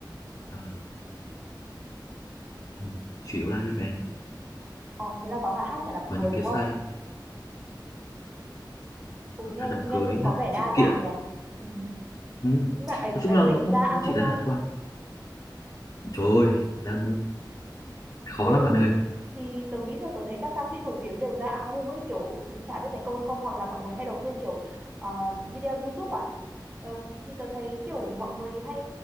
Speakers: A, on the left; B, on the right.
A: à, ừ, chủ yếu là hát event ấy.
B: Ờ, thế là có cả hát cả đám
A: và
B: cưới
A: những cái
B: đúng
A: site
B: không? Ừ,
A: hát
B: nghe
A: đám cưới
B: nghe cũng có
A: hát
B: vẻ
A: sự
B: đa
A: kiện
B: dạng nhỉ. Ừ.
A: ừ.
B: Nhưng mà
A: nói
B: ấy
A: chung
B: ấy
A: là
B: có định
A: nó không
B: ra album
A: không chỉ là
B: không?
A: hát quán trời ơi ra khó
B: Ừ
A: lắm bạn ơi
B: thì tớ nghĩ là tớ thấy các ca sĩ nổi tiếng đều ra album ấy kiểu chả biết thành công hay không hoặc là mọi người hay đầu tư kiểu ờ, video YouTube à Ờ, thì tớ thấy kiểu mọi người hay